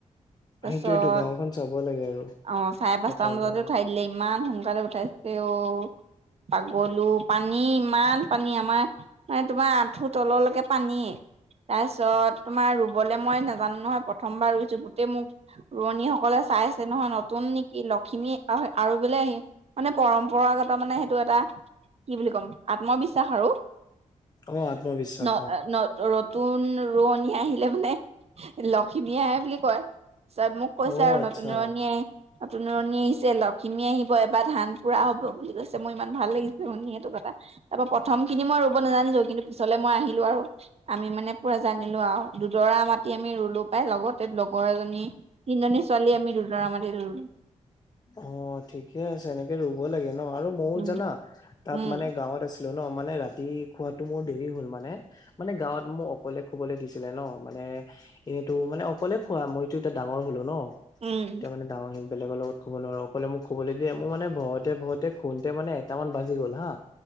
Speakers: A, on the right; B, on the left.
A: তাছত
B: সেইটোয়েতো গাঁওখন চাব লাগে আৰু
A: অ' চাৰে
B: পতাৰৰ
A: পাঁচটামান বজাতে
B: লগত
A: উঠাই <unintelligible> ইমান সোনকালে উঠাইছে অ'। পাগলোঁ পানী ইমান পানী আমাৰ মানে তোমাৰ আঁঠু তলল একে পানীয়ে তাইছ পিছত তোমাৰ ৰুবলে মই নেজানো নহয়, প্ৰথমবাৰ ৰুইছো গোটেই মোক ৰোৱনীসকলে চাইচ ছে নহয় নতুন নেকি লখিমী আৰু বোলে আহি মানে পৰম্পৰাগত মানে সেইটো এটা কি বুলি ক'ম আত্মবিশ্বাস আৰু
B: অ আত্মবিশ্বাস
A: <unintelligible>
B: অ
A: ৰতুন ৰোৱনী আহিলে মানে লখিমী আহে বুলি কয়, <unintelligible> কৈছে
B: অ
A: আৰু
B: আচ্ছা
A: নতুন ৰোৱনীয়ে নতুন ৰোৱনী আহিছে লখিমী আহিব এবাৰ ধান পুৰা হ'ব বুলি কৈছে ছে মই ইমান ভাল লাগিছে শুনি সেইটো কথা তাৰ পা প্ৰথম খিনি মই ৰুৱ <unintelligible> নাজানিলোঁ কিন্তু পিছলে মই আহিলোঁ আৰু আমি মানে পুৰা জানিলোঁ আৰু দুদৰা মাতি আমি ৰুলোঁ পাই লগতে লগৰ এজনী, তিনিজনী ছোৱালী আমি দুদৰা মাতি ৰুলোঁ।
B: অ' ঠিকে আছে এনেকে ৰুব লাগে ন, আৰু ময়ও
A: উম
B: জানা তাত
A: উম
B: মানে গাঁৱত আছ ন, মানে ৰাতি খোৱাটো মোৰ দেৰি হ'ল মানে মানে গাঁৱত মোক অকলে শুবলে দিছিলে ন' মানে এনেতো মানে অকলে শোৱা, মইতো এতিয়া ডাঙৰ হ'লো ন।
A: উম,
B: এতিয়া মানে ডাঙৰ হৈ বেলেগৰ লগত খুব নোৱাৰো অকলে মোক শুবলৈ দিয়ে মোৰ মানে ভয়তে ভয়তে শুওতে মানে এটামান বাজি গ'ল হা